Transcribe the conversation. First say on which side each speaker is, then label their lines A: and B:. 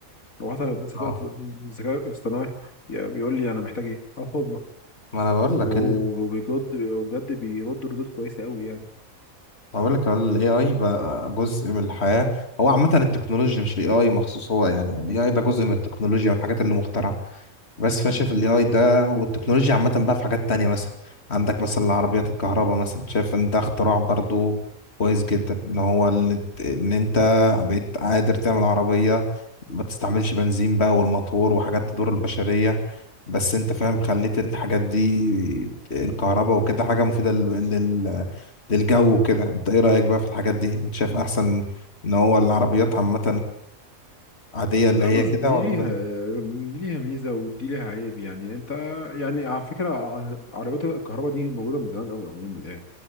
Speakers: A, on the left; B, on the left.
A: لو حتى الذكاء
B: اه
A: الذكاء الاصطناعي يعني بيقول لي انا محتاج ايه اه والله
B: ما انا بقول لك
A: وبجد
B: ال...
A: بجد بيرد ردود كويسه قوي يعني
B: ما بقول لك الاي اي بقى جزء من الحياه هو عامه التكنولوجيا مش الاي اي مخصوص هو يعني الاي اي ده جزء من التكنولوجيا والحاجات اللي مخترعه بس فانا
A: مم.
B: شايف الاي اي ده والتكنولوجيا عامه بقى في حاجات تانية مثلا عندك مثلا العربيات الكهرباء مثلا شايف ان ده اختراع برضو كويس جدا ان هو ال- ان انت بقيت قادر تعمل عربيه ما تستعملش بنزين بقى والموتور وحاجات تضر البشريه بس انت فاهم خليت الحاجات دي الكهرباء وكده حاجه مفيده لل... لل... للجو وكده انت ايه رايك بقى في الحاجات دي انت شايف احسن ان هو العربيات عامه العاديه اللي
A: لا
B: هي
A: بص
B: كده
A: دي
B: ولا
A: ليها دي ليها ميزة ودي ليها عيب يعني انت يعني على فكرة ع- عربيات الكهرباء دي موجودة من زمان قوي عموما يعني